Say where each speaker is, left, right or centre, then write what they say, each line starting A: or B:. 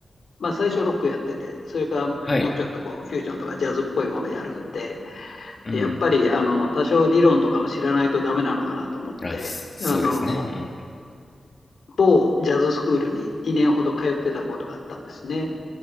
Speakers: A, on the left (about 70°); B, on the left (about 30°).
A: まあ、最初ロックやってて、それからもうちょっとこうフュージョンとかジャズっぽいものやるんで、
B: はい、うん。
A: でやっぱりあの多少理論とかも知らないとダメなのかなと思って、
B: あ、すそうですね。
A: あの
B: うん。
A: 某ジャズスクールに2年ほど通ってたことがあったんですね。